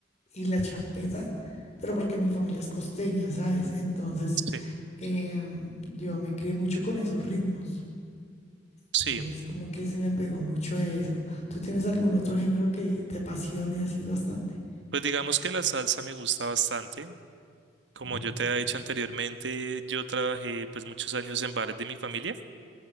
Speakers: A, on the left; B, on the right.
A: y la champeta, pero porque mi familia es costeña, ¿sabes? Entonces,
B: Sí,
A: em, yo me crié mucho con esos ritmos.
B: sí.
A: Entonces, como que se me pegó mucho eso. ¿Tú tienes algún otro género que te apasione así bastante?
B: Pues digamos que la salsa me gusta bastante. Como
A: Mm,
B: yo te he dicho anteriormente, yo trabajé pues muchos años en bares de mi familia.